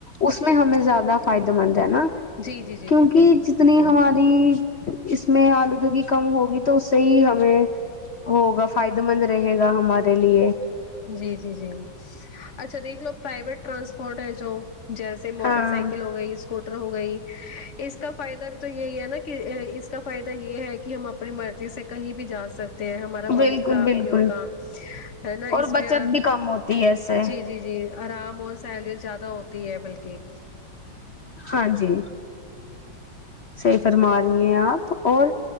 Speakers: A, on the left; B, on the left.
A: اس میں ہمیں زیادہ فائدے مند ہے نا
B: جی جی جی
A: کیونکہ
B: بالکل
A: جتنی ہماری اس میں آلودگی کم ہوگی تو اس سے ہی ہمیں ہوگا فائدے مند رہے گا ہمارے لیے
B: جی جی جی اچھا دیکھ لو پرائیویٹ ٹرانسپورٹ ہے جو جیسے سے موٹر
A: ہاں
B: سائیکل ہو گئی اس کو اسکٹر ہو گئی اس کا فائدہ بھی تو یہی ہے نا کہ اس کا فائدہ یہ ہے کہ کہ ہم اپنی مرضی سے کہیں بھی جا سک تے ہمارا
A: بالکل
B: ومت خراب
A: بالکل
B: نہیں ہوتا ہے نا
A: اور
B: اس میں
A: بچت بھی کم ہوتی ہے اس سے
B: جی جی جی آرام اور سیلری زیادہ ہوتی ہے بلکہ
A: ہاں جی صحیح فرما رہی ہیں آپ اور